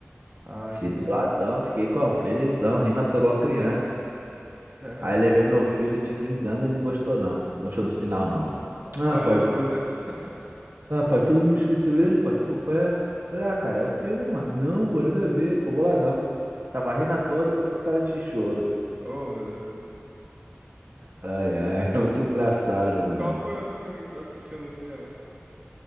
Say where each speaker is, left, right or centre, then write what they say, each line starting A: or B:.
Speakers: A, on the right (about 30°); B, on the right (about 55°).
A: Ah,
B: Assisti
A: entendi.
B: dubladão, fiquei como? Felizão, rindo à toa igual criança.
A: <laughs>
B: Aí
A: Bom
B: levei
A: demais.
B: meu filho de 15 anos ele não gostou, não. Não Gostou do final, não.
A: Ah,
B: Ah, pai, pô.
A: Oh, meu Deus. <laughs>
B: Ah, pai, todo mundo esqueceu ele, pai, pô, qual é? Falei, ah, cara, é o filme, mano. Não, pô, nada a ver, ficou boladão. Tava rindo à toa, depois ficou cara de choro.
A: Oh, meu Deus.
B: Ai, ai, <laughs> é muito engraçado, mano.
A: Qual foi outro filme que tu assistiu no cinema?